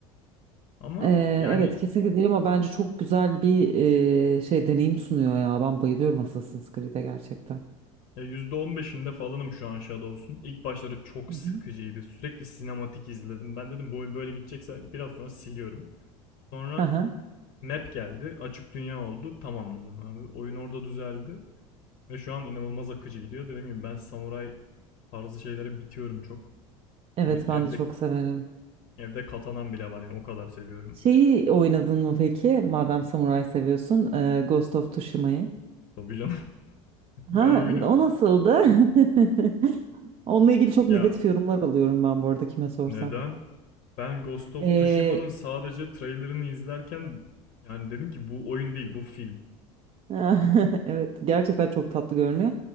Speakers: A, on the left; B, on the right.
A: Ama
B: Ee,
A: yani
B: evet kesinlikle değil ama bence çok güzel bir e, şey deneyim sunuyor ya. Ben bayılıyorum Assassin's Creed'e gerçekten.
A: yüzde on beşinde falanım şu an Shadows'un. İlk başları çok
B: Hı hı.
A: sıkıcıydı. Sürekli sinematik izledim. Ben dedim bu oyun böyle gidecekse biraz sonra siliyorum. Sonra
B: Hı hı.
A: map geldi. Açık dünya oldu. Tamam dedim abi. Oyun orada düzeldi. Ve şu an inanılmaz akıcı gidiyor. Dediğim gibi ben samuray tarzı şeylere bitiyorum çok.
B: Evet
A: Hani evde
B: ben de çok severim.
A: Evde katanan bile var yani o kadar seviyorum.
B: Şeyi oynadın mı peki? Madem samuray seviyorsun, e, Ghost of Tsushima'yı.
A: Tabii canım. <laughs> Ben
B: Ha,
A: oyunu
B: o nasıldı? <laughs> Onunla ilgili çok
A: ya
B: negatif yorumlar alıyorum ben bu arada kime sorsam.
A: neden? Ben Ghost of
B: E,
A: Tsushima'nın sadece trailerını izlerken yani dedim ki bu oyun değil bu film.
B: <laughs> evet, gerçekten çok tatlı görünüyor.